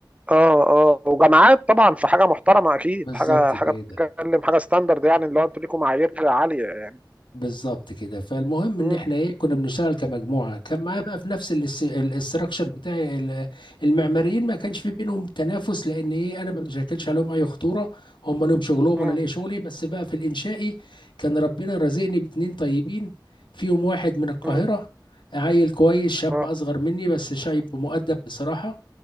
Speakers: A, on the right (about 15°); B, on the left (about 75°).
A: اه اه وجامعات طبعا في حاجه محترمه اكيد
B: بالظبط
A: حاجه
B: كده
A: حاجه بتتكلم حاجه ستاندرد يعني اللي هو انتوا ليكم معايير عاليه يعني.
B: بالظبط كده فالمهم ان
A: مم،
B: احنا ايه كنا بنشتغل كمجموعه كان معايا بقى في نفس الاستراكشر بتاعي ال- المعماريين ما كانش في بينهم تنافس لان ايه انا ما بشكلش عليهم اي خطوره هم لهم شغلهم
A: مم،
B: وانا ليا شغلي بس بقى في الانشائي كان ربنا رزقني باتنين طيبين فيهم واحد من القاهره
A: مم.
B: عيل كويس شاب
A: اه
B: اصغر مني بس شايب مؤدب بصراحه